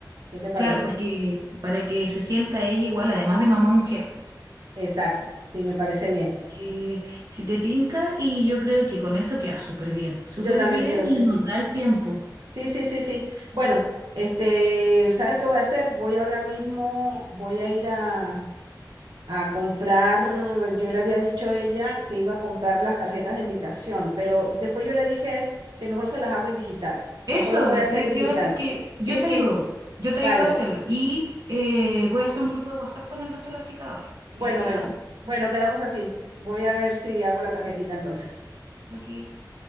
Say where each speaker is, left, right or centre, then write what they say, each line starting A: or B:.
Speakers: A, on the right; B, on the right.
A: ¿Qué te parece?
B: claro, porque para que se sienta ella igual, además de mamá mujer, po.
A: Exacto, sí, me parece bien.
B: Que si te tinca, y yo creo que con eso queda súper bien, súper
A: Yo también
B: bien
A: creo
B: y
A: que sí.
B: nos da el tiempo.
A: Sí, sí, sí, sí. Bueno, este, ¿sabes qué voy a hacer? Voy ahora mismo, voy a ir a, a comprar, yo le había dicho a ella que iba a comprar las tarjetas de invitación, pero después yo le dije que mejor se las hago en digital,
B: Eso,
A: mejor las voy a hacer
B: te,
A: en
B: te
A: digital.
B: iba a decir que
A: Sí,
B: yo te
A: sí,
B: ayudo, yo te
A: dale.
B: ayudo a hacerlo. Y eh, voy a hacer un grupo de WhatsApp con el resto de las chicas ahora.
A: Bueno,
B: Y ahí quedamos.
A: bueno, bueno,
B: Ok,
A: quedamos así. Voy a ver si hago la tarjetita entonces.
B: ok.